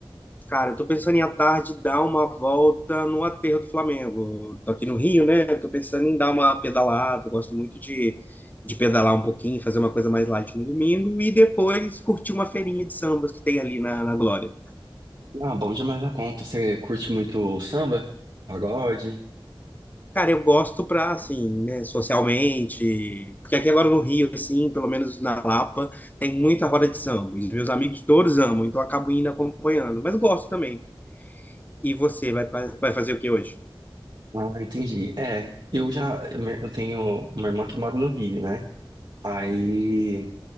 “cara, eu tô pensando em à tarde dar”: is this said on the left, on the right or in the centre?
Left